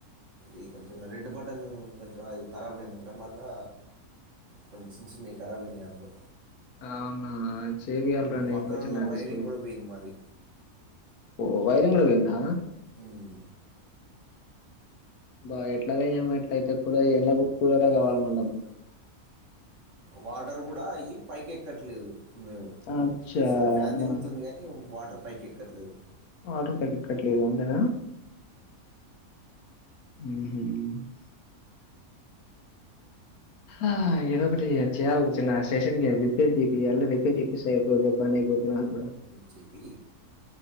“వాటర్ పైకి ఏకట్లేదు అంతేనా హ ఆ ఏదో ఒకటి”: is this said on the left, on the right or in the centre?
Left